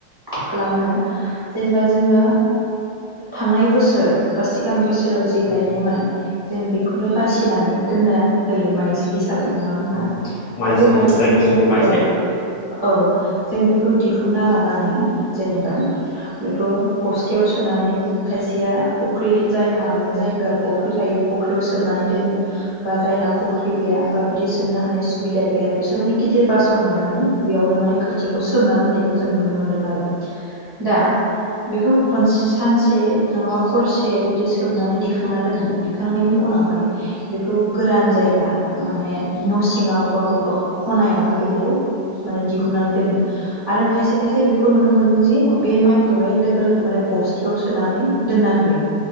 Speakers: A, on the right; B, on the left.
A: खालामनो जेनेबा जोङो थांनाय बोसोर बा सिगां बोसोर। सोराव जि
B: औ
A: गायनाय माइ। जों बे बेखौनो बासिनानै दोननो। होयो मायथिलि। जाबाय। नङा होनब्ला
B: औ माइज्लि
A: त' बे मायदिखौ
B: जायखौ
A: जों
B: जोङो माइज्लि
A: औ
B: बुङो
A: औ। जों बेखौ दिहुनना लानानै जेनेबा बेखौ बस्थायाव सोनानै खायसेया फुख्रि जायहा माने जायफोरा फुख्रि थायो फुख्रियाव सोमनानै दोनो बा जायहा फुख्रि गैया बा बिदि सोमनो हानाय सुबिदा गैया बिसोर माने गिदिर बासन लानानै बेयावनो माने खोथियाखौ सोमना दोननायखौ जों नुनो मोन्दों आरो। दा बेखौ। खनसे सानसे नङाबा हरसे बिदि सोमनानै दिखांना दोनो दिखांनायनि उनावहाय बेखौ गोरान जायगा माने। न' सिङाव बा बबेबा खनायावहाय बेखौ माने दिहुननानै दोनो आरो, खायसे खायसे बेखौ नुनो मोनदों जि
B: औ
A: बे माइखौहाय लोगो लोगो माने बस्थायाव सोनानै दोनना होयो।